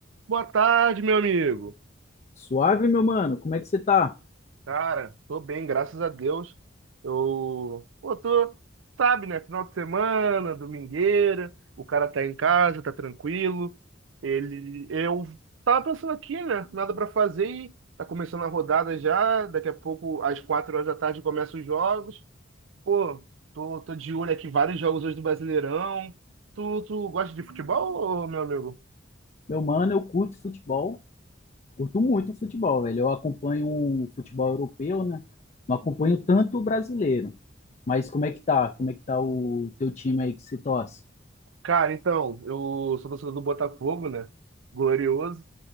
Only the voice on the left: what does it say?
Suave, meu mano, como é que você tá?
Meu mano, eu curto futebol, curto muito futebol, velho. Eu acompanho o futebol europeu, né? Não acompanho tanto o brasileiro. Mas como é que tá? Como é que tá o teu time aí que se torce?